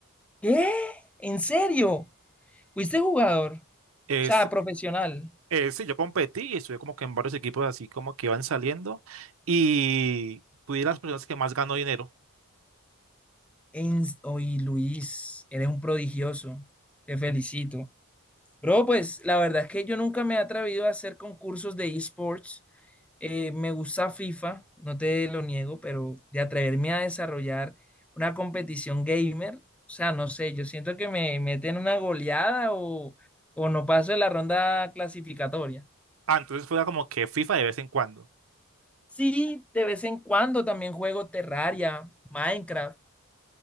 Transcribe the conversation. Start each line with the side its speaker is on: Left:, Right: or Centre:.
Centre: ¿Qué? ¿En serio? ¿Fuiste jugador? O
Right: Es,
Centre: sea, profesional.
Right: eh, sí, yo competí y estuve como que en varios equipos así como que iban saliendo y fui de las personas que más ganó dinero.
Centre: Ens- Oye, Luis, eres un prodigioso. Te felicito. Bro, pues la verdad es que yo nunca me he atrevido a hacer concursos de esports. Eh, me gusta FIFA, no te lo niego, pero de atreverme a desarrollar una competición gamer, o sea, no sé, yo siento que me meten una goleada o, o no paso de la ronda clasificatoria.
Right: Ah, entonces fuera como que FIFA de vez en cuando.
Centre: Sí, de vez en cuando también juego Terraria, Minecraft,